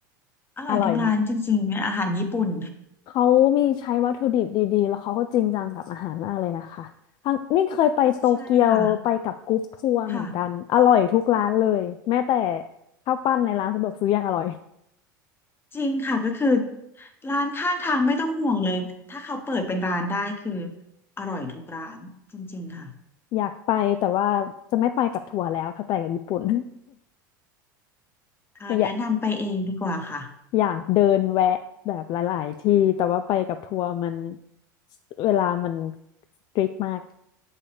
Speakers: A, on the left (about 20°); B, on the left (about 45°).
A: อร่อยทุกร้านจริงๆอาหารญี่ปุ่น
B: อร่อยไหม เขามีใช้วัตถุดิบดีๆแล้วเขาก็จริงจังกับอาหารมากเลยนะคะทางนี่เคยไปโตเกียวไปกับกรุ๊ปทัวร์เหมือนกันอร่อยทุกร้านเลยแม้แต่
A: ใช่ค่ะค่ะ
B: ข้าวปั้นในร้านสะดวกซื้อยังอร่อย
A: จริงค่ะก็คือร้านข้างทางไม่ต้องห่วงเลยถ้าเขาเปิดเป็นร้านได้คืออร่อยทุกร้านจริงๆค่ะ
B: อยากไปแต่ว่าจะไม่ไปกับทัวร์แล้วถ้าไปกับญี่ปุ่น <laughs>
A: อ่าแนะนำไปเองดีกว่าค่ะ
B: อยากอยากเดินแวะแบบหลายๆที่แต่ว่าไปกับทัวร์มันเวลามันสตริกมาก